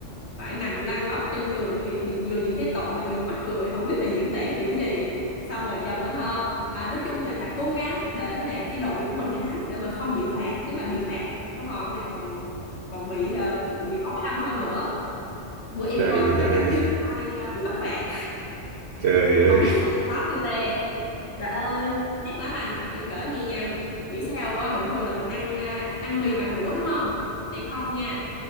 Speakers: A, on the left; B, on the right.
A: phải nằm lăn lóc trên đường thì nhìn vừa nhìn thấy tội mà vừa mắc cười không biết phải diễn tả kiểu gì xong rồi Trần á ha à, nói chung là phải cố gắng để mà cái đội của mình thắng để mà không bị phạt chứ mà bị phạt không họ lại còn còn bị ờ, bị ói âm hơn nữa bữa em
B: trời
A: coi cái
B: ơi
A: cái cảnh Hiếu Mai bị bắt phạt
B: trời ơi
A: không biết anh có đáp chưa tê trời ơi ác lắm anh em cỡ nghe nha nghĩ sao á bình thường là mình ăn à, ăn mì bằng đũa đúng không đây không nha